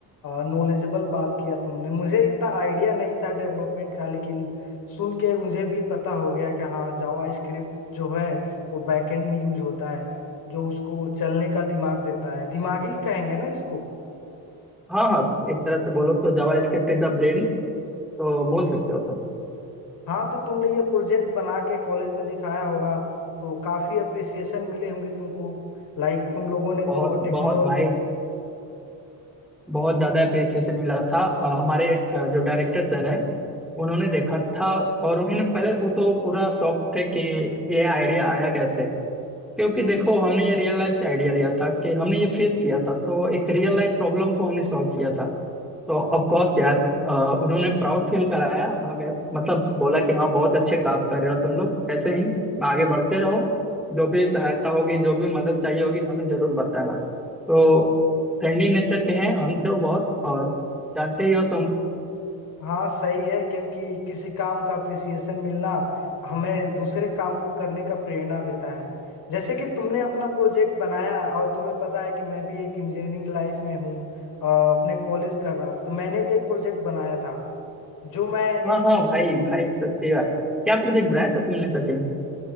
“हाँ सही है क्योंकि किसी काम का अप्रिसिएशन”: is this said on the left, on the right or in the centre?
Left